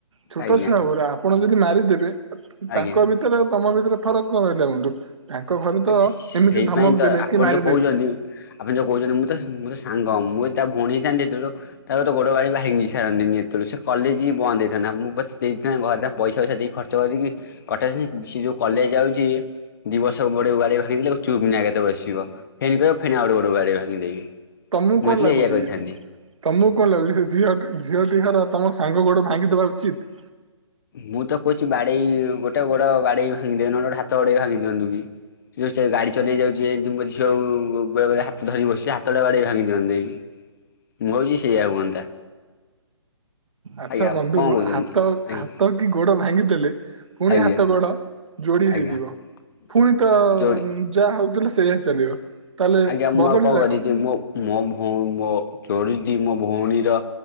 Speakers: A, on the right; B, on the left.
A: ଛୋଟ
B: ଆଜ୍ଞା
A: ଛୁଆଗୁରା ଆପଣ ଯଦି ମାରିଦେବେ ତାଙ୍କ
B: ଆଜ୍ଞା।
A: ଭିତରେ ଆଉ ତମ ଭିତରେ ଫରକ କଣ ରହିଲା ବନ୍ଧୁ? ତାଙ୍କ ଘରେ ତ
B: ଆଜ୍ଞା
A: ଏମିତି
B: ସେଇପାଇଁ
A: ଧମକ
B: ତ
A: ଦେଲେ
B: ଆପଣ
A: କି ମାରିଦେବେ
B: ଯୋଉ କହୁଛନ୍ତି ଆପଣ ଯୋଉ କହୁଛନ୍ତି ମୁଁ ତ ମୁଁ ତ ସାଙ୍ଗ ମୁଁ ଯଦି ତା ଭଉଣୀ ହେଇଥାନ୍ତି ହେତେବେଳୁ ତା ଗୋଟେ ଗୋଡ ଗାଡ଼ି ଭାଙ୍ଗି ସାରନ୍ତିନି। ଏତେବେଳୁ ସେ କଲେଜି ବନ୍ଦ ହେଇଥାନ୍ତା। ନା ମୁଁ ପଛେ ଦେଇଥାନ୍ତି ଘରେ ତା ପଇସା ପଇସା ଦେଇକି ଖର୍ଚ୍ଚ କରିକି ଅଟ ଯଉ କଲେଜ ଯାଉଛି ଦି ବର୍ଷ ତା ଗୋଡ଼ କୁ ବାଡେଇ ଭାଙ୍ଗିଲେ ଚୁ୍ପ୍ କିନା ଏକାଥରେ ବସିବ। ଫେନ୍ କହିବେ ଆଉ ଗୋଟେ ଗାଡ଼ି ଭାଙ୍ଗିଦେବି।
A: ତମକୁ
B: ମୁଁ
A: କଣ
B: ହେଇଥିଲେ
A: ଲାଗୁଛି
B: ଏଇଆ କରିଥାନ୍ତି।
A: ତମକୁ କଣ ଲାଗୁଛି ସେ ଝିଅଟି ଝିଅଟି ଘର ତମ ସାଙ୍ଗ ଗୋଡ଼ ଭାଙ୍ଗିଦବା ଉଚିତ୍
B: ମୁଁ ତ କହୁଛି ବାଡେଇ ଗୋଟେ ଗୋଡ ବାଡେଇ ଭାଙ୍ଗି ଦିଅନୁ ନ ହେଲେ ଗୋଟେ ହାତ ବଡେଇ ଭାଙ୍ଗି ଦିଅନ୍ତୁ କି। ଚ ଗାଡି ଚଲେଇ ଯାଉଛି ଯେ ଝିଅଉ ବେଳେବେଳେ ହାତ ଧରିି ବସିଛି ହାତଟା ବାଡେଇ ଭାଙ୍ଗି ଦିଅନ୍ତେ କି। ମୁଁ ଭାବୁଚିସେଇଆ ହୁଅନ୍ତା।
A: ଆଚ୍ଛା
B: ଆଜ୍ଞା
A: ବନ୍ଧୁ
B: କଣ କହୁଛନ୍ତି
A: ହାତ
B: ଆଜ୍ଞା
A: ହାତ କି ଗୋଡ ଭାଙ୍ଗିଦେଲେ ପୁଣି
B: ଆଜ୍ଞା
A: ହାତ ଗୋଡ ଯୋଡି
B: ଆଜ୍ଞା
A: ହେଇଯିବ ପୁଣି
B: ଆସି
A: ତ
B: ଯୋଡ଼ି
A: ଯାହା ହଉଥିଲା ସେଇଆ ଚାଲିବ। ତାହେଲେ
B: ଆଜ୍ଞା ମୁଁ
A: ବଦଳିଲା
B: ଆଉ କଣ କରିିବି ମୋ ମୋ ହ ମୋ ଚୋରିଜି ମୋ ଭଉଣୀର